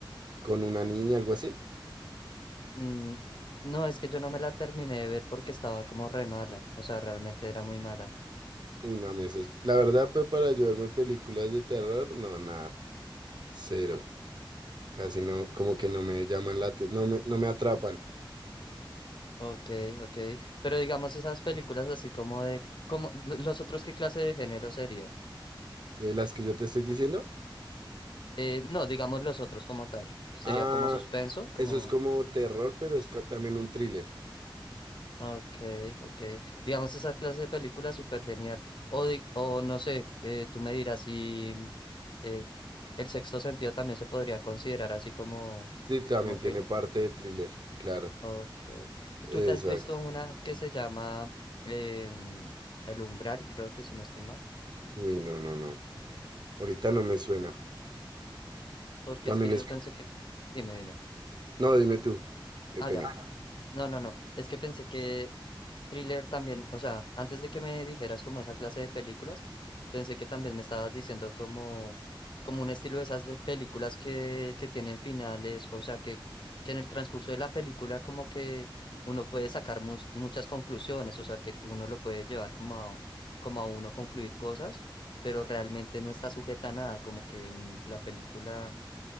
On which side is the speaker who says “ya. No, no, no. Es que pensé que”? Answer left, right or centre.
Left